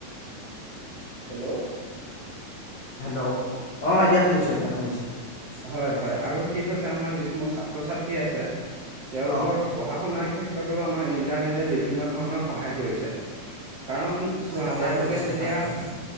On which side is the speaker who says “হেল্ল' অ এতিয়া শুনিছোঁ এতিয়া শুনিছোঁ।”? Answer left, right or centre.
Left